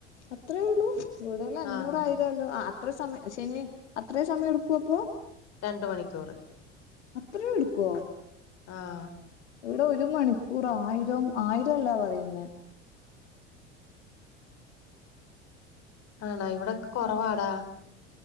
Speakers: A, on the left; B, on the left.
A: അത്രേ ഉള്ളൂ ഇവിടെയെല്ലാം അഞ്ഞൂറായി.
B: ആഹ്
A: അല്ലോ, അത്ര സമയം ശനി അത്രേ സമയം എടുക്കും അപ്പോ?
B: രണ്ട് മണിക്കൂറ്.
A: അത്രേം എടുക്കോ?
B: ആഹ്
A: ഇവിടെ ഒരു മണിക്കൂർ ആയിരം ആയിരൊല്ലാ പറയുന്നേ.
B: ആണാ ഇവിടെക്കെ കൊറവാടാ.